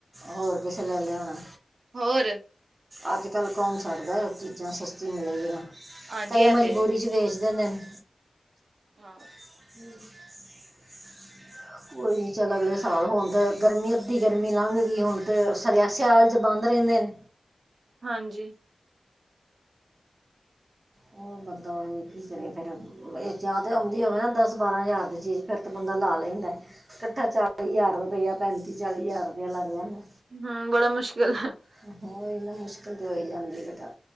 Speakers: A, on the right (about 45°); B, on the right (about 75°).
A: ਹੋਰ ਕਿਸੇ ਲੈ ਲਿਆ ਹੋਣਾ।
B: ਹੋਰ
A: ਅੱਜ ਕੱਲ੍ਹ ਕੌਣ ਛੱਡਦਾ ਚੀਜ਼ਾਂ ਸਸਤੀ ਮਿਲਦਿਆਂ।
B: ਹਾਂਜੀ
A: ਕਈ
B: ਇਹ
A: ਮਜ਼ਬੂਰੀ
B: ਤੇ
A: ਚ' ਵੇਚ ਦਿੰਦੇ ਨੇ।
B: ਹਾਂ।
A: ਹੂ <unintelligible> ਕੋਈ ਨੀ ਚੱਲ ਅਗਲੇ ਸਾਲ ਹੁਣ ਤਾਂ ਗਰਮੀ ਅੱਧੀ ਗਰਮੀ ਲੰਘ ਗਈ ਹੁਣ ਤੇ ਸਿਆ ਸਿਆਲ 'ਚ ਬੰਦ ਰਹਿੰਦੇ ਨੇ।
B: ਹਾਂਜੀ।
A: ਉਹ ਬੰਦਾ ਹੋ ਕੀ ਕਰੇ ਫਿਰ। ਜਾਂ ਤੇ ਆਉਂਦੀ ਹੋਵੇ ਨਾ ਦਸ- ਬਾਰਾਂ ਹਜ਼ਾਰ ਦੀ ਚੀਜ਼ ਫੇਰ ਤਾਂ ਬੰਦਾ ਲਾ ਲੈਂਦਾ। ਇਕੱਠਾ ਚਾਲੀ ਹਜ਼ਾਰ ਰੁਪਇਆ ਪੈਂਤੀ ਚਾਲੀ ਹਜ਼ਾਰ ਰੁਪਇਆ ਲੱਗ ਜਾਂਦਾ।
B: ਹਾ। ਬੜਾ ਮੁਸ਼ਕਿਲ ਹੈ।
A: ਇਹਨਾ ਮੁਸ਼ਕਿਲ ਤੇ ਹੋ ਹੀ ਜਾਂਦੀ ਬੇਟਾ।